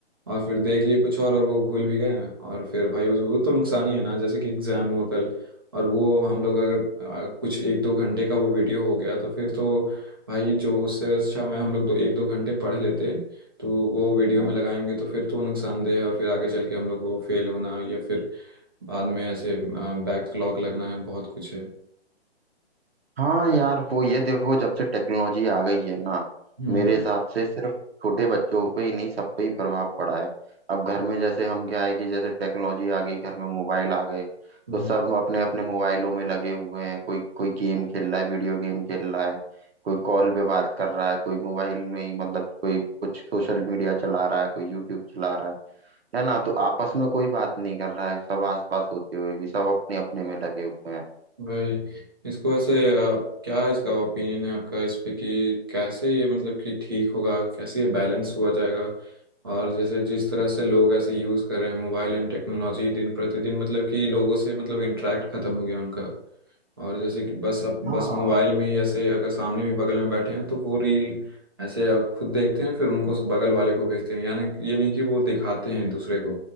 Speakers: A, on the right; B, on the right.
A: और फिर देख लिए कुछ और और वो भूल भी गए और फिर भाई उस वो तो नुकसान ही है ना जैसे कि एग्जाम हुआ कल और वो हम लोग अगर आ, कुछ एक दो घंटे का वो वीडियो हो गया तो फिर तो भाई जो उससे अच्छा मैं हम लोग दो एक दो घंटे पढ़ लेते तो वो वीडियो
B: हाँ
A: में लगाएंगे तो फिर तो नुकसानदेह है और फिर आगे चल के हम लोग को फेल होना या फिर बाद में ऐसे बैकलॉग लगना है बहुत कुछ है
B: हाँ यार वो ये देखो जब से टेक्नोलॉजी आ गई है ना
A: हम्म
B: मेरे हिसाब से सिर्फ छोटे बच्चों पे ही नहीं सब पे ही प्रभाव पड़ा है अब घर में जैसे हम क्या है कि जैसे टेक्नोलॉजी आ गई घर में मोबाइल आ गए
A: हम्म
B: तो सब अपने अपने मोबाइलों में लगे हुए हैं कोई कोई गेम खेल रहा है वीडियो गेम खेल रहा है कोई कॉल पे बात कर रहा है कोई मोबाइल में ही मतलब कोई कुछ सोशल मीडिया चला रहा है कोई यूट्यूब चला रहा है है ना तो आपस में कोई बात नहीं कर रहा है सब आसपास होते हुए भी सब अपने अपने में लगे हुए हैं
A: भाई इसको ऐसे आप क्या इसका ओपिनियन है आपका इस पे कि कैसे ये मतलब कि ठीक होगा कैसे ये बैलेंस हुआ जाएगा और जैसे जिस तरह से लोग ऐसे यूज़ कर रहे हैं मोबाइल एंड टेक्नोलॉजी दिन प्रतिदिन मतलब कि लोगों से मतलब इंटरेक्ट खत्म हो गया उनका और जैसे कि बस अब
B: हाँ
A: बस मोबाइल में ही ऐसे अगर सामने भी बगल में बैठे हैं तो वो रील ऐसे आप खुद देखते हैं फिर उनको उस बगल वाले को भेजते हैं यानी कि- ये नहीं कि वो दिखाते हैं दूसरे को